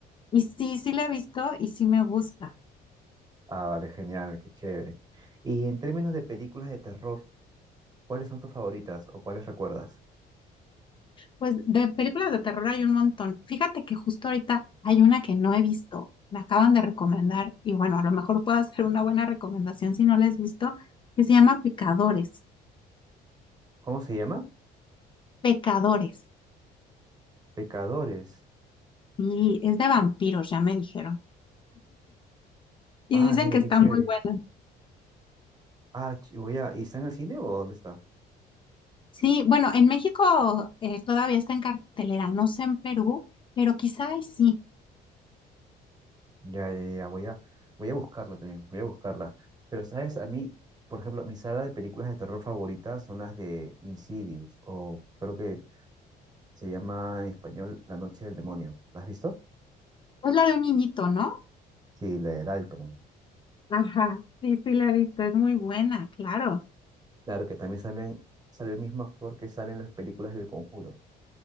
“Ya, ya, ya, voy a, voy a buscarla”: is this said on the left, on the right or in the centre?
Right